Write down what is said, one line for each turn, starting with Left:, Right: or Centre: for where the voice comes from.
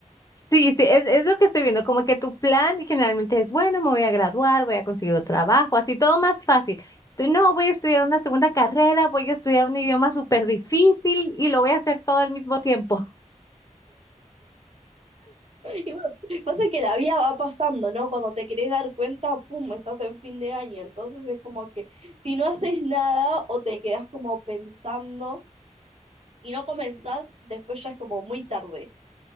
Left: Sí, sí, es, es lo que estoy viendo, como que tu plan generalmente es, bueno, me voy a graduar, voy a conseguir un trabajo, así todo más fácil. Tú no, voy a estudiar una segunda carrera, voy a estudiar un idioma súper difícil y lo voy a hacer todo al mismo tiempo.
Right: Y bueno, pasa que la vida va pasando, ¿no? Cuando te querés dar cuenta, pum, estás en fin de año. Entonces es como que si no haces nada o te quedás como pensando y no comenzás, después ya es como muy tarde.